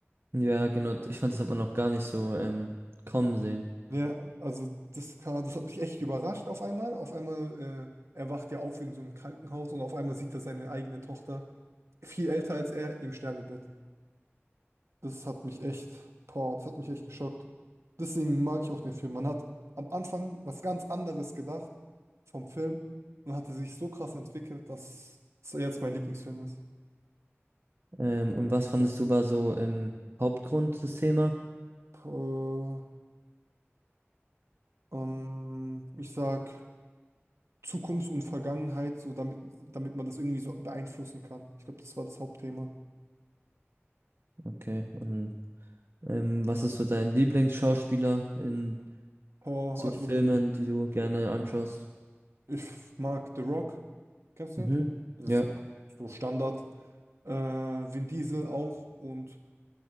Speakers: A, on the right; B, on the right.
A: Ja, genau. Ich fand, das hat man noch gar nicht so ähm, kommen sehen.
B: Ja, also das kann, das hat mich echt überrascht auf einmal. Auf einmal, äh, erwacht er ja auf in so einem Krankenhaus und auf einmal sieht er seine eigene Tochter, viel älter als er, im Sterbebett. Das hat mich echt, boah, das hat mich echt geschockt. Deswegen mag ich auch den Film. Man hat am Anfang was ganz anderes gedacht vom Film und hatte sich so krass entwickelt, dass es jetzt mein Lieblingsfilm ist.
A: Ähm, und was fandest du war so im Hauptgrund des Themas?
B: Puh, ähm, ich sag Zukunft und Vergangenheit, so damit, damit man das irgendwie so beeinflussen kann. Ich glaube, das war das Hauptthema.
A: Okay. Und ähm, was ist so dein Lieblingsschauspieler in
B: Boah,
A: so
B: also
A: Filmen, die du gerne anschaust?
B: ich mag The Rock. Kennst
A: Mhm.
B: du den? Das
A: Ja,
B: ist halt so Standard. Äh, Vin Diesel auch und